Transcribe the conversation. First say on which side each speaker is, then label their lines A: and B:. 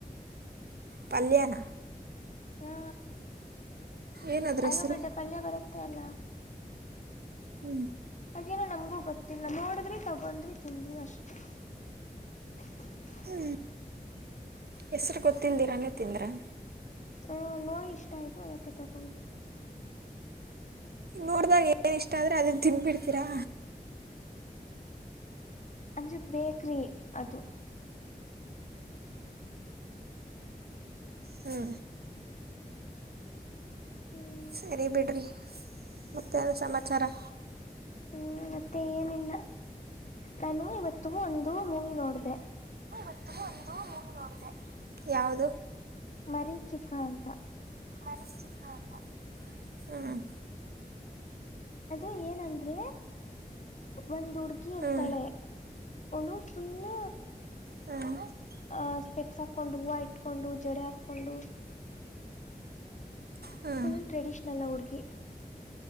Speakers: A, on the right (about 80°); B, on the left (about 50°).
A: ಪಾಲಿಯಾನ
B: ಹಾ
A: ಏನದ್ರ
B: ಆಲೂಗಡ್ಡೆ
A: ಹೆಸರು
B: ಪಲ್ಯ ಬರುತ್ತೆ ಅಲ್ಲ
A: ಹ್ಞೂ
B: ಹಾದೇನೋ ನಮ್ಗೂ ಗೊತ್ತಿಲ್ಲ ನೋಡಿದ್ರಿ ತಗೊಂಡ್ರಿ ತಿಂದ್ರಿ ಅಷ್ಟೆ <unintelligible> <inaudible>
A: ಹ ಹೆಸ್ರು ಗೊತ್ತಲ್ದಿರಲ್ಲೇ ತಿಂದ್ರ <inaudible>
B: ಹ ನೋಡಿ ಇಷ್ಟ ಆಯ್ತು ಅದಕ್ಕೆ ತಗೊಡ್ವಿ
A: ನೋಡಿದಾಗ ಏನು ಇಷ್ಟ ಅಂದರೆ ಅದನ್ನು ತಿನ್ಬಿಡ್ತೀರಾ
B: ಅಂದ್ರೆ ಬೇಕ್ರಿ ಅದು
A: ಹ್ಮ್
B: ಹ್ಮ್,
A: ಸರಿ ಬಿಡ್ರಿ ಮತ್ತೇನು ಸಮಾಚಾರ
B: ಹ್ಮ್ ಮತ್ತೆ ಏನಿಲ್ಲ ನಾನು ಇವತ್ತು ಒಂದು ಮೂವಿ ನೋಡಿದೆ
A: ಇತ್ತು ಒಂದು ನೋಡಿದೆ ಯಾದು <unintelligible>
B: ಪರೀಚಿಕ ಅಂತ
A: <unintelligible> ಹ್ಮ್
B: ಅದು ಏನಂದ್ರೆ ಒಂದ್ ಹುಡ್ಗಿ ಇರ್ತಾಳೆ
A: ಹ್ಞೂ
B: ಅವಳು ಫುಲ್
A: ಹ್ಞೂ
B: ಅಹ ಸ್ಪೆಕ್ಸ್ ಹಾಕೊಂಡು ಹೂವು ಇಟ್ಕೊಂಡು ಜಡೆ ಹಾಕೊಂಡು
A: ಹ್ಞೂ
B: ಫುಲ್ ಟ್ರೆಡಿಷನಲ್ ಹುಡ್ಗಿ